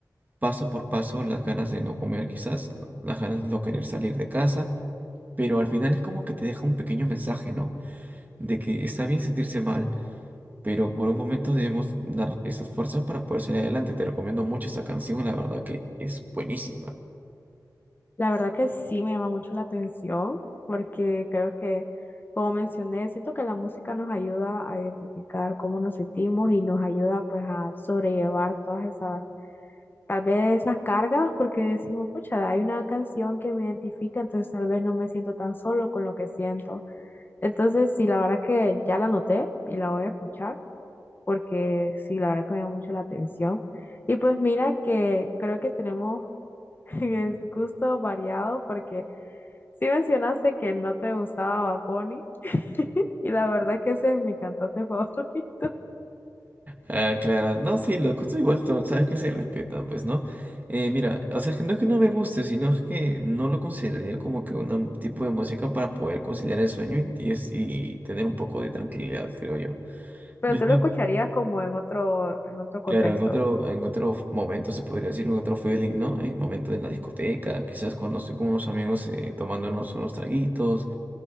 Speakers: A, on the right; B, on the left.
A: paso por paso las ganas de no comer quizás, las ganas de no querer salir de casa, pero al final es como que te deja un pequeño mensaje, ¿no? De que está bien sentirse mal, pero por un momento debemos dar esas fuerzas para poder salir adelante. Te recomiendo mucho esta canción, la verdad que es buenísima.
B: la verdad que sí me llama mucho la atención porque creo que, como mencioné, siento que la música nos ayuda a identificar cómo nos sentimos y nos ayuda pues a sobrellevar todas esas, tal vez esas cargas porque decimos, pucha, hay una canción que me identifica, entonces tal vez no me siento tan solo con lo que siento. Entonces, sí, la verdad que ya la anoté y la voy a escuchar porque sí, la verdad que me llama mucho la atención. Y pues mira que creo que tenemos <laughs> Es gusto variado porque sí mencionaste que no te gustaba Bad Bunny <laughs> y la verdad que ese es mi cantante <laughs> favorito.
A: Ah, claro, no, sí, los gustos igual, to- sabes que se respetan, pues, ¿no? Eh, mira, o sea, es que no es que no me guste, sino es que no lo consideraría como que un tipo de música para poder conciliar el sueño y, y es- y tener un poco de tranquilidad, creo yo.
B: Pero
A: Yo
B: tú
A: soy
B: lo escucharías como en otro, en otro contexto.
A: Claro, en otro, en otro momento se podría decir, en otro feeling, ¿no? En momento en la discoteca, quizás cuando estoy con unos amigos eh, tomándonos unos traguitos.